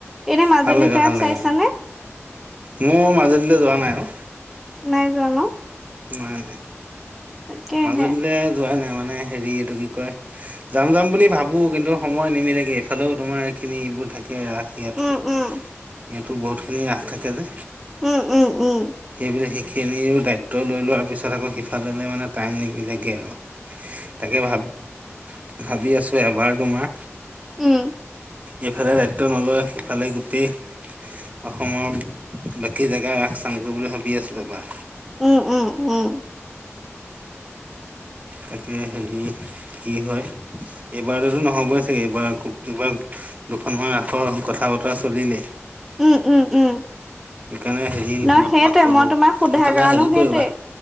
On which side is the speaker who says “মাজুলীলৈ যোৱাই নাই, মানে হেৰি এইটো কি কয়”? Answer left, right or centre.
Right